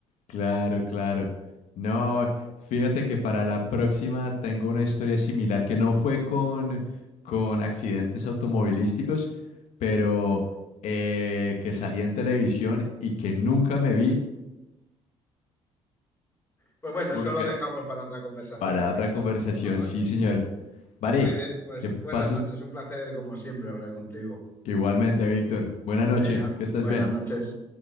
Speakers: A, on the left; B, on the left.
A: Claro, claro. No, fíjate que para la próxima tengo una historia similar que no fue con, con accidentes automovilísticos, pero eh, que salí en televisión y que nunca me vi,
B: Pues bueno,
A: porque
B: eso lo dejamos para otra conversación
A: para
B: si
A: otra
B: quieres,
A: conversación,
B: entonces, ¿no, Manuel?
A: sí, señor. Vale,
B: Muy bien, pues
A: que pases
B: buenas noches, un placer como siempre hablar contigo.
A: igualmente, Víctor. Buena noche,
B: Venga,
A: que estés
B: buenas
A: bien.
B: noches.